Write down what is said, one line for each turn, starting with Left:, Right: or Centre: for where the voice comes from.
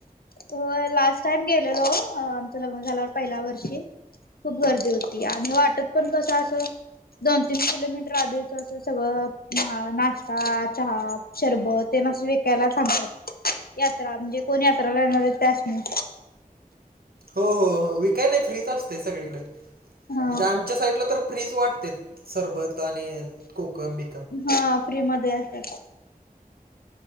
Left: हो लास्ट टाईम गेलेलो आमचं लग्न झाल्यावर पहिल्या वर्षी खूप गर्दी होती आणि वाटत पण कसं असं दोन तीन किलोमीटर आधीच अस सगळं नाश्ता, चहा शरबत ते नास विकायला थांबतात यात्रा म्हणजे कोण यात्रा ला येणार आहेत त्या असणे.
Right: हो हो हो विकय नाही फ्रीच असतय सगळीकडे म्हणजे
Left: हा
Right: आमच्या साईडला तर फ्रीज वाटतेत सरबत आणि कोकम बी
Left: हा फ्री मध्ये असत्यात.